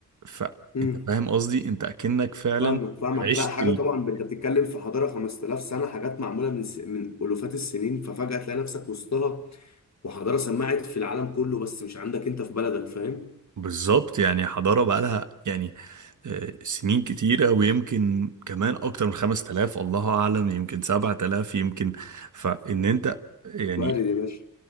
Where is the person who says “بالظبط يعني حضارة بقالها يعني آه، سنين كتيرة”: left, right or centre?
Right